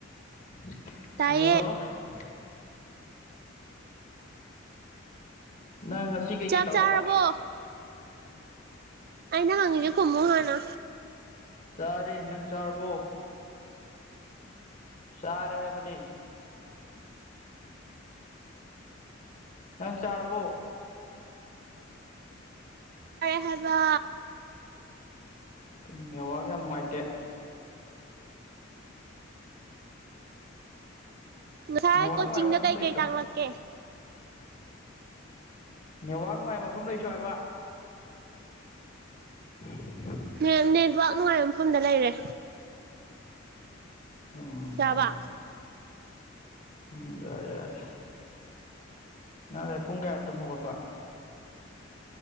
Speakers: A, on the left; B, on the right.
A: <unintelligible>
B: ꯇꯥꯏꯌꯦ
A: ꯅꯪ ꯉꯁꯤ ꯀꯩꯀꯩ
B: ꯆꯥꯛ
A: ꯇꯧꯔꯕ
B: ꯆꯥꯔꯕꯣ ꯑꯩꯅ ꯍꯪꯒꯦꯗꯨ ꯈꯨꯝꯃꯨ ꯍꯥꯟꯅ
A: ꯆꯥꯔꯦ ꯅꯪ ꯆꯥꯔꯕꯣ ꯆꯥꯔꯦ ꯍꯥꯏꯕꯅꯤ ꯅꯪ ꯆꯥꯔꯕꯣ
B: ꯆꯥꯔꯦ ꯍꯥꯏꯕ
A: ꯀꯩꯅꯣ ꯅꯦꯠꯋꯥꯛ ꯌꯥꯝ ꯅꯨꯡꯉꯥꯏꯇꯦ
B: ꯉꯁꯥꯏ
A: ꯅꯦꯠꯋꯥꯛ
B: ꯀꯣꯆꯤꯡꯗ
A: ꯅꯨꯡꯉꯥꯏꯕ ꯃꯐꯝ
B: ꯀꯩ
A: ꯂꯩꯁꯣ
B: ꯀꯩ ꯇꯥꯛꯂꯛꯀꯦ
A: ꯅꯦꯠꯋꯥꯛ ꯅꯨꯡꯉꯥꯏꯕ ꯃꯐꯝ ꯂꯩꯁꯣ ꯍꯥꯏꯕ <inaudible>
B: ꯅꯦꯠ ꯅꯦꯠꯋꯥꯛ ꯅꯨꯡꯉꯥꯏꯕ ꯃꯐꯝꯗ ꯂꯩꯔꯦ
A: ꯎꯝ
B: ꯌꯥꯕ
A: ꯐꯔꯦ ꯐꯔꯦ ꯎꯝ ꯌꯥꯔꯦ ꯌꯥꯔꯦ ꯅꯪ ꯉꯁꯥꯏ ꯄꯨꯡ ꯀꯌꯥ ꯇꯨꯝ ꯍꯧꯒꯠꯄ